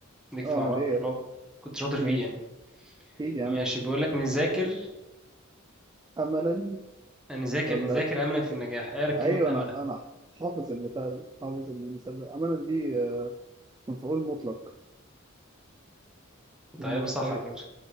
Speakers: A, in the centre; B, on the right.
A: ليك
B: اه
A: في العربي
B: ليه
A: في
B: يا
A: العربي
B: طب؟
A: كنت شاطر فيه
B: ماشي
A: يعني
B: اكيد يعني
A: ماشي بيقول لك نذاكر
B: املا
A: نذاكر
B: ولا
A: نذاكر املا في النجاح اعرف كلمة
B: ايوه
A: املا
B: انا انا حافظ البتاع ده حافظ المثال ده امانه دي آه، مفعول مطلق
A: طيب،
B: مم،
A: تقريبا صح
B: تقريبا
A: على فكرة